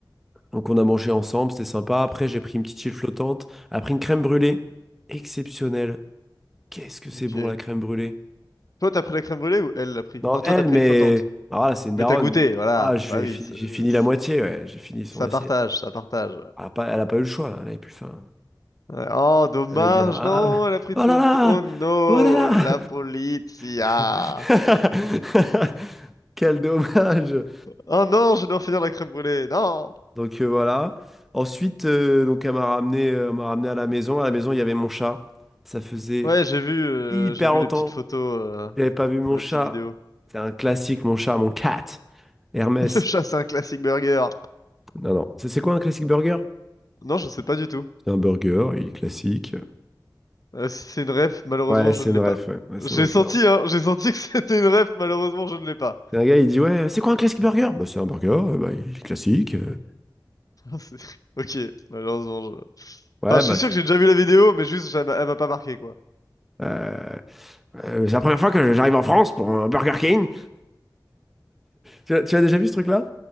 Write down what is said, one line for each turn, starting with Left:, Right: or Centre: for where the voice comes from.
Centre: Donc on a mangé ensemble, c'était sympa. Après, j'ai pris une petite île flottante, après une crème brûlée. Exceptionnelle. Qu'est-ce que c'est
Left: Ok.
Centre: bon la crème brûlée?
Left: Toi, t'as pris la crème brûlée ou elle l'a pris?
Centre: Non,
Left: Non, toi,
Centre: elle,
Left: t'as pris
Centre: mais
Left: le flottante.
Centre: ah, voilà, c'est une daronne.
Left: Mais t'as goûté, voilà.
Centre: Voilà, j'ai
Left: Bah oui,
Centre: fi-
Left: c'est-
Centre: j'ai fini
Left: c'est-
Centre: la moitié, ouais. J'ai fini son
Left: ça
Centre: assiette.
Left: partage, ça partage.
Centre: Elle a pas, elle a pas eu le choix, elle avait plus faim.
Left: Ouais, Oh, dommage,
Centre: Elle est bien. Ah,
Left: non,
Centre: bah,
Left: elle a pris trop
Centre: oh là
Left: d'entrée.
Centre: là!
Left: Oh non,
Centre: Oh là là!
Left: la polizia.
Centre: <laughs> Quel dommage!
Left: Oh non, je dois finir la crème brûlée, non.
Centre: Donc euh, voilà. Ensuite, euh, donc elle m'a ramené, euh, elle m'a ramené à la maison. À la maison, il y avait mon chat. Ça faisait
Left: Ouais, j'ai vu, euh,
Centre: hyper
Left: j'ai vu
Centre: longtemps
Left: les petites photos,
Centre: que
Left: euh,
Centre: j'avais pas vu mon
Left: enfin, les
Centre: chat.
Left: petites vidéos.
Centre: C'est un classique, mon chat, mon cat. Hermès.
Left: <laughs> Le chat, c'est un classique burger.
Centre: Non, non. C'est c'est quoi un classique burger?
Left: Non, je sais pas du tout.
Centre: C'est un burger, il est classique.
Left: Euh, si c'est une ref, malheureusement,
Centre: Ouais, c'est
Left: je ne
Centre: une
Left: l'ai
Centre: ref,
Left: pas.
Centre: ouais. Ouais, c'est
Left: J'ai
Centre: une ref.
Left: senti,
Centre: ouais.
Left: hein, j'ai senti que <laughs> c'était une ref, malheureusement, je ne l'ai pas.
Centre: C'est un gars, il dit, ouais, c'est quoi un classique burger? Bah, c'est un burger, euh, bah, il est classique. euh.
Left: <laughs> C'est- Ok, malheureusement, je...
Centre: Ouais,
Left: Enfin, je
Centre: bah,
Left: suis sûr
Centre: c'est
Left: que j'ai déjà vu la vidéo, mais juste, elle m'a elle m'a pas marqué, quoi.
Centre: euh, euh, c'est la première fois que j'arrive en France pour un Burger King. Tu, as tu as déjà vu ce truc-là?